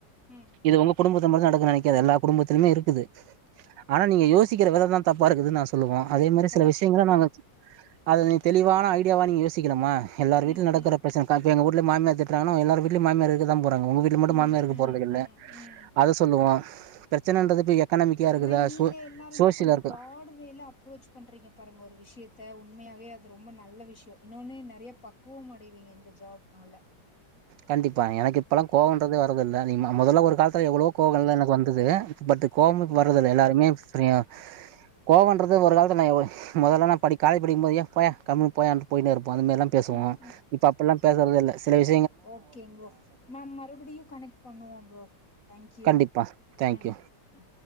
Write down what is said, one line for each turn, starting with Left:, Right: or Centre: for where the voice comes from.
Left: ம்
Right: இது உங்க குடும்பத்த மட்டு நடக்கு நெனைக்காத எல்லா குடும்பத்துலியுமே இருக்குது ஆனா நீங்க யோசிக்கிற வித தா தப்பா இருக்குதுன்னு நா சொல்லுவோ அதே மாரி
Left: கரெக்ட்டுங்க
Right: சில விஷயங்கள
Left: ப்ரோ.
Right: நாங்க அத நீ தெளிவான ஐடியாவா நீ யோசிக்கணும்மா எல்லார் வீட்லயு
Left: ம்,
Right: நடக்கற
Left: ம்.
Right: பிரச்சன <unintelligible> எங்க ஊட்ல மாமியார் திட்றாங்கன்னா எல்லார் வீட்லயு மாமியார் இருக்கதா போறாங்க உங்க வீட் ல மட்டு
Left: ம்,
Right: மாமியார் இருக்கப்
Left: ம்,
Right: போறது இல்ல
Left: ம், ம்.
Right: அத சொல்லுவோ பிரச்சனன்றது இப்ப எக்கனாமிக்கா இருக்குதா
Left: ஆனா நீங்க
Right: சோ
Left: எல்லாருமே
Right: சோசியலா
Left: கொஞ்சம்
Right: இருக்கா
Left: பிராட் வேல அப்ரோச் பண்றீங்க பாருங்க ஒரு விஷியத்த உண்மையாவே அது ரொம்ப நல்ல விஷய இன்னொன்னு நெறைய பக் குவம் அடைவீங்க இந்த ஜாப்னால
Right: கண்டிப்பா எனக்கு இப்பெல்லா கோவன்றதே வர்றதில்ல அதிகமா மொதல்ல ஒரு காலத்துல எவ்வளவோ கோவங்கள்லா எனக்கு வந்தது பட்டு
Left: கரெக்ட்டுங்
Right: கோவமே இப்ப வர்றதில்ல
Left: ப்ரோ.
Right: எல்லாருமே புரியு கோவன்றது ஒரு காலத்துல நா எவ் மொதல்லல்லா படி காலேஜ் படிக்கும் போது யோவ் போயா கம்முன்னு போயான்ட்டு போயின்னே இருப்ப அதுமேர்லா பேசுவோ
Left: ம்,
Right: இப்ப அப்பில்லா பேசுறதே இல்ல சில விஷ்
Left: ஓகே ப்ரோ நாம் மறுபடியு கனெக்ட் பண்ணுவோ ப்ரோ தேங்க்யூ
Right: கண்டிப்பா தேங்க்யூ
Left: ம் ம்.